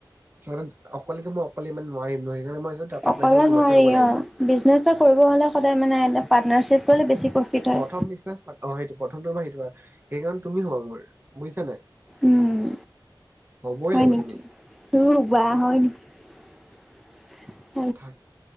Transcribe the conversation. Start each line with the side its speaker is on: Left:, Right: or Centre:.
Right: তাৰপিছত, অকলে ত', মই অকলে ইমান নোৱাৰিম ন, সেইকাৰণে মই পাৰ্টনাৰশ্বিপত
Centre: অকলে
Right: তোমাকে
Centre: নোৱাৰি
Right: ল'ব লাগিব
Centre: অ', বিজনেচ এটা কৰিব হ'লে সদায় মানে এটা পাৰ্টনাৰশ্বিপ হ'লে বেছি প্ৰফিট হয়
Right: প্ৰথম বিজনেছ, অ', সেইটো প্ৰথম সেইকাৰণে তুমি হবা মোৰ বুজিছা নাই?
Centre: উম
Right: হ'বই
Centre: হয়
Right: লাগিব
Centre: নেকি?
Right: তুমি
Centre: তোৰ ৰুবা হয় নেকি? <inaudible>
Right: আৰু